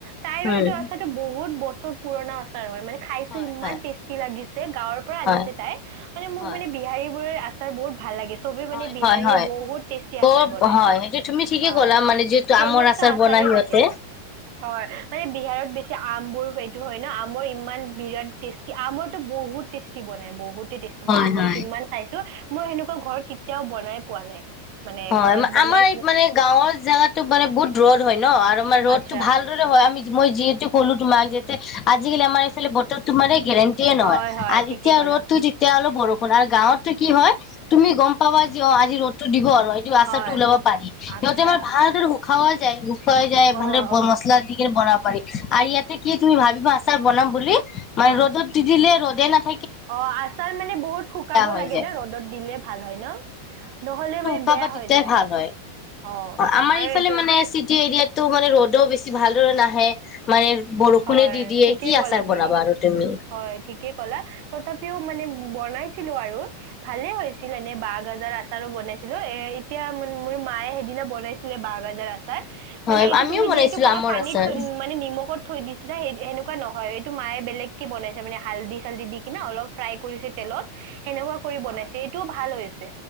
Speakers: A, on the right; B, on the left.
A: তাইৰো
B: উম
A: এইটো আচাৰটো বহুত বহুত বছৰ পুৰণা আচাৰ হয় মানে। খাইছো
B: হয়
A: ইমান
B: হয়
A: টেষ্টি লাগিছে। গাঁৱৰ পৰা আনিছে
B: হয়
A: তাই, মানে মোক
B: হয়
A: মানে বিহাৰী বোৰে আ। বহুত ভাল লাগিছে। চবে
B: হয়
A: মানে বিহাৰীয়ে
B: হয় হয়
A: বহুত টেষ্টি
B: বৰ
A: আচাৰ বনায়।
B: হয় সেইটো তুমি ঠিকে
A: হয়
B: ক'লা মানে যিহেতু
A: ফেমাচটো
B: আমৰ আচাৰ
A: আচানে
B: বনাই সিহঁতে
A: থাকে হয় মানে বিহাৰত বেছি আমবোৰ, হয় ন আমৰ ইমান বিৰাট টেষ্টি আমৰটো বহুত টেষ্টি বনাই বহুত। টেষ্টি
B: হয়
A: মই আমৰ
B: হয়
A: কিমান খাইছো। মই সেনেকুৱা ঘৰ কেতিয়াও বনাই পোৱা নাই। মানে
B: হয়
A: ঘৰত
B: মা-
A: বনাই।
B: আমাৰ এই মানে গাঁওৰ জাগগাতো মান বহুত ৰ'দ হয় ন। আৰু আমাৰ ৰ'ডটো
A: আচ্ছা
B: ভালদৰে হয় আমি। মই যিহেতু ক'লো তোমাক যোতে আজিকালি আমাৰ এইফালে বতৰ তোমাৰেই গেৰেণ্টিয়ে
A: হয়
B: নহয়
A: হয়
B: আৰু
A: ঠিকে
B: যেতিয়া
A: ক'লা
B: ৰ'দো তেতিয়া অলপ বৰ আপোনাৰ গাঁৱতটো কি হয় তুমি গম কব যি অ আজি ৰ'দতো দিব আৰু য আশাটো
A: হয়
B: ওলাব পাৰি সিহঁতে
A: আচ্ছা
B: আম ভালদৰে খাৱা যায় হৈ যায় ভাল
A: অ অ
B: মছলা দিকিনে বনাব। আৰু ইয়াতে কি তুমি ভাবিবা আচাৰ বনাম বুলি মানে
A: হয়
B: ৰ'দত দি দিলে ৰ'দত দেনে <unintelligible>
A: অ আচাৰ মানে বহুত শুকাব
B: হৈ
A: লাগে
B: যায়
A: ন ৰ'দত দিলে ভাল হয় ন নহলে মানে।
B: খাব
A: বেয়া
B: তেতিয়াই
A: হৈ যায়
B: ভাল হয়
A: অ
B: আমাৰ
A: আৰু
B: ইফালে
A: এইটো
B: মানে চিটি এৰিয়াত তটো মানে ৰ'দও বেছি ভালদৰে নাহে মানে। বৰষুণে
A: হয়
B: দি দিয়ে
A: ঠিকেই
B: কি
A: ক'লা
B: আচাৰ বনাবা
A: তুমি
B: আৰু তুমি
A: হয় ঠিকে কলা তথাপিও ম মানে বনাইছিলো আৰু ভালে হৈছিল এনে বাঁহ গাজাৰ আচাৰো বনাইছিলো এ এতিয়া মোৰ মায়ে সেইদিনা বনাইছিলে বাহ গাজৰ আচাৰ।
B: হয়
A: মানে এইটো
B: আমিও
A: তুমি
B: বনাইছিলো
A: যিহেতু ক'লা
B: আমৰ
A: পানীত
B: আচাৰ
A: মানে নিমখত। সিদিনা সেই সেনেকুৱা নহয় এইটো মায়ে বেলেগকে বনাইছে মানে হালদি চালদিি দি কিনা অলপ ফ্ৰাই কৰিছে তেলত। সেনেকুৱা কৰি বনাইছে এইটো ভাল হৈছে।